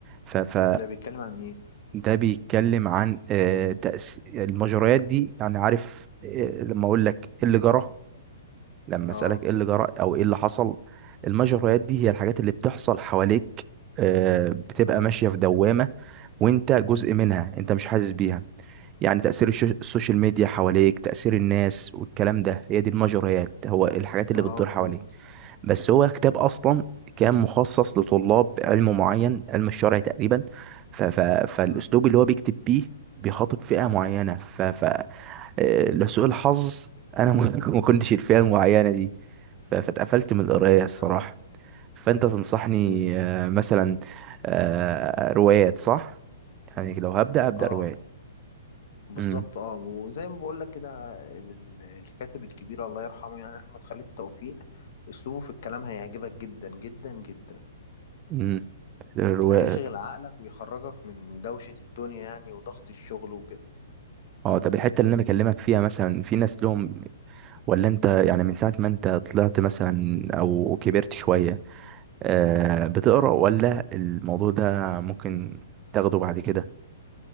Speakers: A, on the right; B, on the left.
A: ف ف
B: ده بيتكلم عن إيه؟
A: ده بيتكلم عن آه تأس... المجريات دي يعني عارف آه لما اقول لك إيه اللي جرى لما اسالك
B: آه
A: ايه اللي جرى او ايه اللي حصل المجريات دي هي الحاجات اللي بتحصل حواليك آه، بتبقى
B: مم.
A: ماشيه في دوامه وانت جزء منها انت مش حاسس بيها يعني تاثير الش- السوشيال ميديا حواليك تاثير الناس والكلام ده هي دي المجريات هو الحاجات اللي
B: آه
A: بتدور
B: فهمت
A: حواليك بس هو كتاب اصلا كان مخصص لطلاب علم معين علم الشرع تقريبا ف ف فالاسلوب
B: مم.
A: اللي هو بيكتب بيه بيخاطب فئه معينه ف آه، لسوء الحظ انا ما <laughs> ما كنتش الفئه المعينه دي ف- فاتقفلت من القرايه الصراحه
B: آه
A: فانت تنصحني
B: مم.
A: آه، مثلا آه، روايات صح يعني لو هبدا ابدا
B: آه
A: روايات
B: بالظبط
A: امم
B: اه وزي ما بقول لك كده ال- الكاتب الكبير الله يرحمه يعني احمد خالد توفيق اسلوبه في الكلام هيعجبك جدا جدا جدا
A: امم الرواية
B: هيشغل عقلك ويخرجك من دوشة الدنيا يعني وضغط الشغل وكده
A: اه طب الحته اللي انا بكلمك فيها مثلا في ناس لهم ولا انت يعني من ساعه ما انت طلعت مثلا او كبرت شويه آه، بتقرا ولا الموضوع ده ممكن تاخده بعد كده